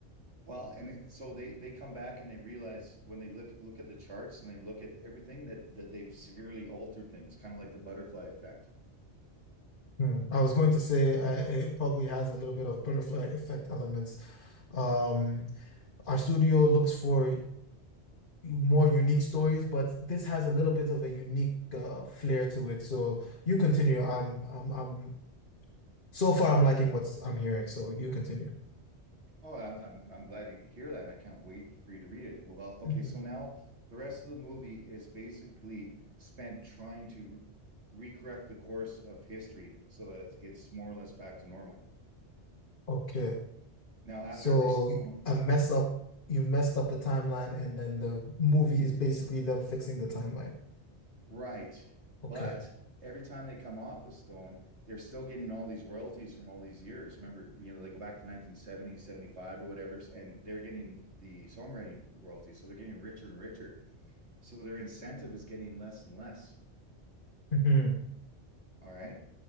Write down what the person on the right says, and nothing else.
Well, and it- so they they come back and they realize when they look look at the charts and they look at everything that that they've severely altered things, kind of like the butterfly effect.
Oh, I'm I'm I'm glad to hear that, and I can't wait for you to read it. Well, okay,
so now the rest of the movie is basically spent trying to recorrect the course of history so that it's more or less back to normal.
Now, after
every stone,
Right. But
every time they come off the stone, they're still getting all these royalties from all these years. Remember, you know, they go back to nineteen seventy seventy-five or whatever, and they're getting the songwriting royalties. So they're getting richer and richer. So their incentive is getting less and less.
All right.